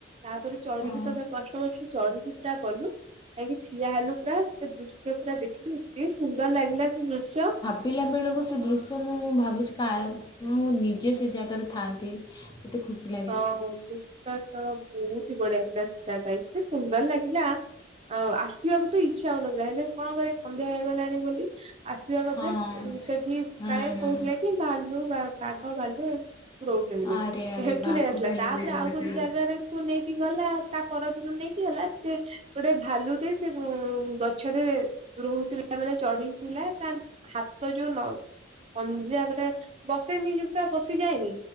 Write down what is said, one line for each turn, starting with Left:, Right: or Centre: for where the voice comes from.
Right: ତାପରେ ଚଢିକି
Left: ଅ,
Right: ତ ତାଙ୍କ କଷ୍ଟ କଷ୍ଟ ଚଢିକି ପୁରା ଗଲୁ କାହିଁକି ଠିଆ ହେଲୁ ପୁରା ସେ ଦୃଶ୍ୟ ପୁରା ଦେଖିଲୁ ଏତେ ସୁନ୍ଦର ଲାଗିଲା ସେ ଦୃଶ୍ୟ
Left: ପିଲାବେଳକୁ ସେ ଦୃଶ୍ୟ ମୁଁ ଭାବୁଛି କା ମୁଁ ନିଜେ ସେ ଜାଗାରେ ଥାଆନ୍ତି କେତ ଖୁସି ଲାଗେ
Right: ହଁ ବିଶ୍ୱାସର ବହୁତ ହି ବଢିଆ ଥିଲା ଜାଗା ଏତେ ସୁନ୍ଦର ଲାଗିଲା ଆଉ ଆସିବାକୁ ତ ଇଚ୍ଛା ହଉନଥିଲା ହେଲେ କଣ କ ସନ୍ଧ୍ୟା ହେଇଗଲାଣି ବୋଲି ଆସିବା କଥା
Left: ହଁ
Right: ସେଠି
Left: ହୁଁ
Right: କାଳେ
Left: ହୁଁ
Right: କହୁଥିଲେ କି ଭାଲୁ ବାଘ ଭାଲୁ ଆଣି ରହୁଛନ୍ତି ବୋଲି
Left: ଆରେ ଆରେ
Right: ହେଠୁ
Left: ବାଘ
Right: ନେଇ ଆସିଲା
Left: ଭାଲୁ
Right: ତାପରେ
Left: ବି ରୁହନ୍ତି
Right: ଆଉ ଗୋଟେ ଜାଗା କୁ ନେଇକି ଗଲା ଆଉ ତା ପରଦିନ ନେଇକି ଗଲା ସେ ଗୋଟେ ଭାଲୁଟେ ସେ ଗ ଛରେ ରୋହୁଥିଲା ମାନେ ଚଢିଥିଲା ତା ହାତ ଯୋଉ ନ ପଞ୍ଜାବରେ ବସେନି ତ ପୁରା ପସିଯାଏନି